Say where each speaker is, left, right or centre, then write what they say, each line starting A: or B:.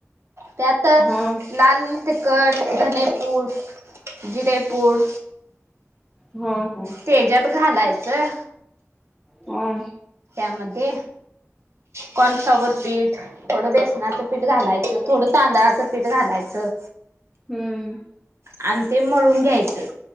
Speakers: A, on the right; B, in the centre.
A: त्यात
B: हा
A: लाल तिखट धनेपूड जिरेपूर
B: हो हो
A: तेज्यात घालायचं
B: हां
A: त्यामध्ये कॉर्नफ्लावर पीठ थोडं बेसनाचं पीठ घालायचं थोडं तांदळाचं पीठ घालायचं
B: हम्म
A: आणि ते मळून घ्याय च